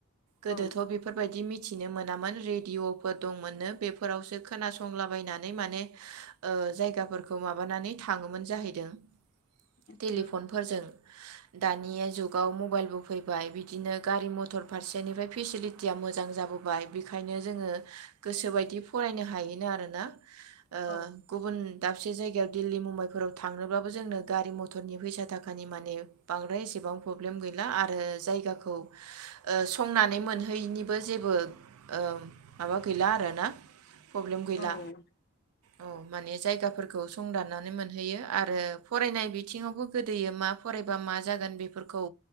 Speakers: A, on the right; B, on the left.
A: गोदोथ
B: औ
A: बेफोरबायदि मि मिथिनो मोनामोन रेदिअफोर दंमोननो बेफोरावसो खोनासंलाबायनानै माने ओ जायगाफोरखौ माबा माबानानै थाङोमोन जाहैबाय <unintelligible>
B: आतसा
A: टेलिफनफोरजों दानि जुगाव मबाइल बो फैबाय बिदिनो गारि मथर फारसेनिफ्राय फेसिलिटिया मोजां जाबोबाय बेखायनो जोङो गोसोबायदि फरायनो हायोन आरोना ओ
B: औ
A: गुबुन दाबसे जायगायाव दिल्ली मुम्बाइफोराव थांनोबो जोंनो गारि मथरनि फैसा थाखानि मे बांद्राय एसेबां प्रब्लेम गैला आरो जायगा औ ओ संनानै मोन हैनिबो जेबो ओ माबा गैला आरोना प्रब्लेम गैला
B: औ औ
A: औ माने जायगा खौ संदाननानै मोनहैयो आरो फरायनाय बिथिङावबो गोदोयो मा फरायबा मा जागोन बेफोरखौ